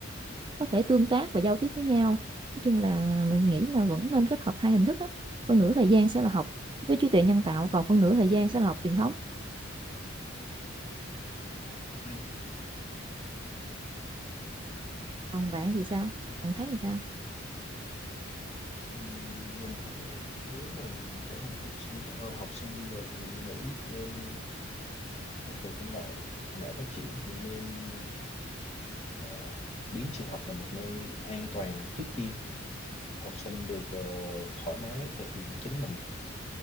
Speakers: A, on the right (about 25°); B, on the left (about 35°).
A: có thể tương tác và giao tiếp với nhau nói chung là mình nghĩ là vẫn nên kết hợp hai hình thức á phần nửa thời gian sẽ là học với trí tuệ nhân tạo còn phần nửa thời gian sẽ là học truyền thống
B: ok
A: còn bạn thì sao bạn thấy thì sao
B: Ừm, mình thấy nếu mà mình trở thành học sinh ờ, học sinh bây giờ thì mình nghĩ nên có thể công nghệ hiện đại phát triển thì nên ờ, biến trường học là một nơi an toàn trước tiên học sinh được ờ, thoải mái thể hiện chính mình